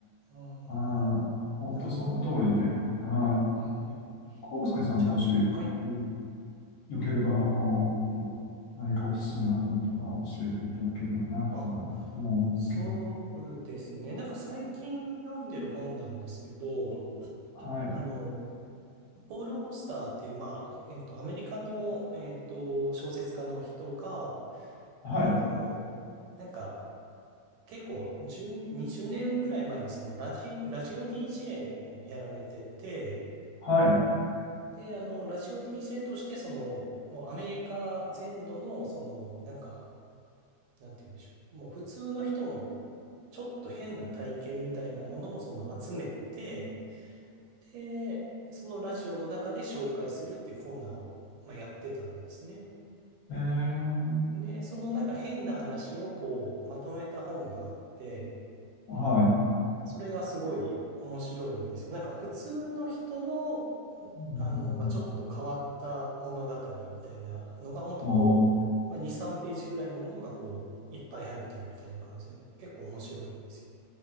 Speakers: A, on the right; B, on the left.
A: うーん。
B: はい。本当その通りで。
A: なるほど。
B: はい。
A: うんうん。
B: 康介さんもし、
A: ちゃん、
B: うん
A: はい。
B: よければ、あの、何かおすすめの本とか教えていただければなと思うんですけど。
A: あそうですね。なんか最近読んでる本なんですけど、
B: はい。
A: あの、ポール・オースターっていう、まあ、えっと、アメリカの、えっと、小説家の人が、
B: はい。
A: あの、なんか、結構10、20年ぐらい前にそのラジ、ラジオ DJ もやられてて、
B: はい。
A: で、あの、ラジオ DJ としてその、もうアメリカ全土の、その、なんか、なんて言うんでしょう。もう普通の人のちょっと変な体験みたいなものをその集めて、で、そのラジオの中で紹介するってコーナーを、まあ、やってたんですね。
B: えー、
A: で、そのなんか変な話をこうまとめた本があって、
B: はい。うん
A: それがすごい面白いんですよ。なんか普通の人の、
B: うんうん
A: あの、まあ、ちょっと変わった物語みたいなのが本当こう、
B: あ
A: まあ、2、3ページぐらいのものがこう、いっぱい入ってるみたいな感じで、結構面白いんです